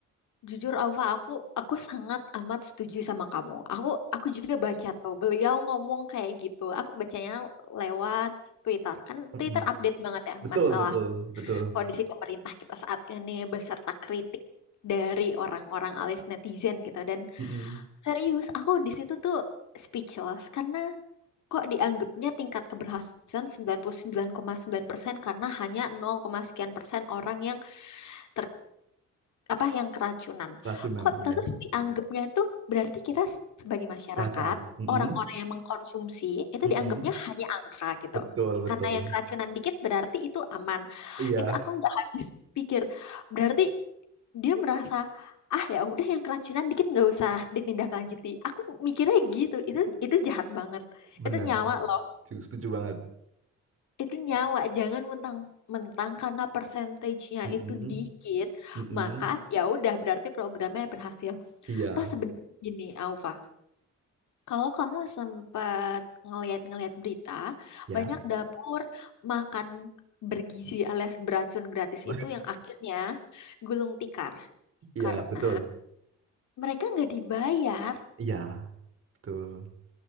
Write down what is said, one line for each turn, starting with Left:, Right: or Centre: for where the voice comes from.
Left: jujur Alfa aku aku sangat amat setuju sama kamu. Aku aku juga baca tuh beliau ngomong kayak gitu. Aku bacanya lewat Twitter. Kan
Right: Mm-mm.
Left: Twitter update banget ya
Right: Betul,
Left: masalah
Right: betul, betul.
Left: kondisi pemerintah kita saat ini beserta kritik dari orang-orang alias netizen gitu dan
Right: Mm-mm.
Left: serius aku di situ tuh speechless karena kok dianggapnya tingkat keberhasilan 99,9% karena hanya 0, sekian persen orang yang ter apa yang keracunan.
Right: Racunan,
Left: Kok
Right: iya.
Left: terus Iya. dianggapnya itu berarti kita sebagai masyarakat,
Right: Data. Mm-mm.
Left: orang-orang yang mengkonsumsi itu
Right: Mm-mm.
Left: dianggapnya hanya angka gitu.
Right: Betul, betul.
Left: Karena yang keracunan dikit berarti itu aman.
Right: Iya,
Left: Itu aku nggak habis pikir. Berarti dia merasa ah ya udah yang keracunan dikit nggak usah ditindaklanjuti. Aku mikirnya gitu. Itu itu jahat banget.
Right: benar.
Left: Itu nyawa loh.
Right: Setuju setuju banget.
Left: Itu nyawa. Jangan mentang mentang karena persentasenya
Right: Mm-mm.
Left: itu dikit
Right: Mm-mm.
Left: maka ya udah berarti programnya berhasil
Right: Iya.
Left: Toh sebenarnya gini, Aufa, kalau kamu sempat ngeliat-ngeliat berita,
Right: Ya,
Left: banyak dapur makan bergizi alias beracun gratis
Right: mas.
Left: itu yang akhirnya gulung tikar
Right: iya
Left: karena
Right: betul.
Left: mereka nggak dibayar.
Right: Iya, betul.